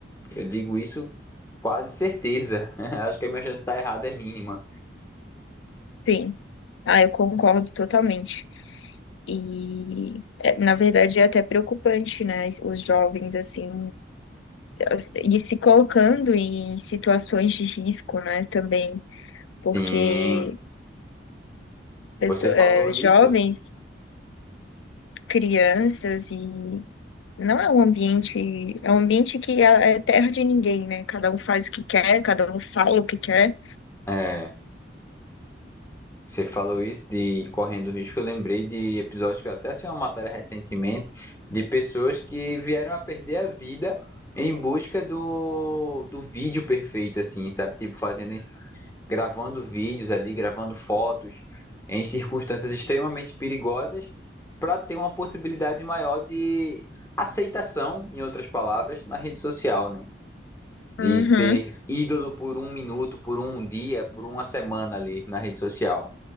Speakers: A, on the left; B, on the left.
A: Eu digo isso quase certeza. <laughs> Acho que a minha chance de estar errada é mínima.
B: bem. Ah, eu concordo totalmente. E, é, na verdade, é até preocupante, né? Os jovens, assim, as- e se colocando em situações de risco, né? Também, porque
A: Sim,
B: pessoa-
A: você falou
B: é,
A: isso.
B: jovens, crianças e. Não é um ambiente, é um ambiente que é é terra de ninguém, né? Cada um faz o que quer, cada um fala o que quer.
A: É, Você falou isso de correndo risco, eu lembrei de episódios que eu até assisti uma matéria recentemente de pessoas que vieram a perder a vida em busca do, do vídeo perfeito, assim, sabe? Tipo, fazendo, esse- gravando vídeos ali, gravando fotos em circunstâncias extremamente perigosas para ter uma possibilidade maior de aceitação, em outras palavras, na rede social, né? De
B: Uhum.
A: ser ídolo por um minuto, por um dia, por uma semana ali na rede social.